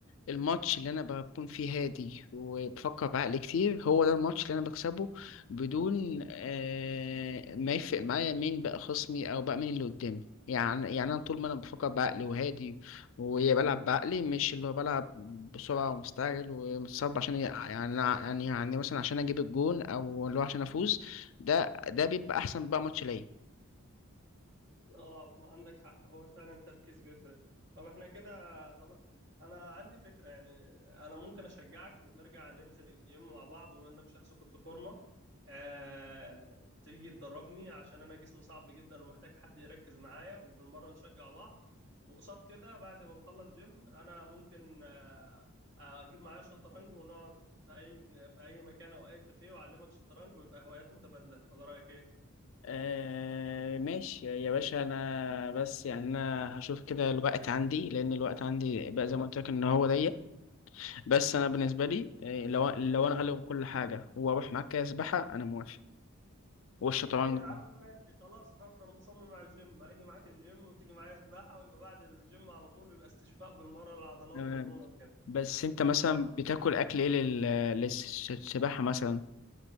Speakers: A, on the left; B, on the right.
A: الماتش اللي انا بكون فيه هادي وبفكر بعقل كتير هو ده الماتش اللي انا بكسبه بدون آه ما يفرق معايا مين بقى خصمي او بقى مين اللي قدامي يعني يعني انا طول ما انا بفكر بعقلي وهادي وبلعب بعقلي مش اللي هو بلعب بسرعه ومستعجل ومتصاب عشان ي- يعني يعني يعني مثلا عشان اجيب الجون او اللي هو عشان افوز ده ده بيبقى احسن بقى ماتش ليا
B: اه ما عندك حق هو فعلا التركيز بيفرق طب احنا كده طب انا عندي فكرة يعني انا ممكن اشجعك ونرجع ننزل الجيم مع بعض وانك شخص كنت فورمة آه... تيجي تدربني عشان انا جسمي صعب جدا ومحتاج حد يركز معايا وبالمرة نشجع بعض وقصاد كده بعد ما نخلص جيم انا ممكن آه... آه، اجيب معايا شطرنج ونقعد في اي في اي مكان او اي كافيه واعلمك شطرنج ويبقى هوايات متبادلة ولا رأيك ايه
A: آه ماشي يا باشا انا بس يعني انا هشوف كده الوقت عندي لان الوقت عندي بقى زي ما قلت لك ان هو ضيق بس انا بالنسبه لي آه، لو لو انا هلغي كل حاجه واروح معاك كده سباحه انا موافق والشطرنج
B: يا عم ماشي خلاص برضه انا مصمم على الجيم هاجي معاك الجيم وتيجي معايا سباحه ويبقى بعد الجيم على طول ويبقى استشفاء بالمره للعضلات
A: تمام
B: ومرونه وكده
A: بس انت مثلا
B: خلاص
A: بتاكل اكل ايه لل- للسباحه مثلا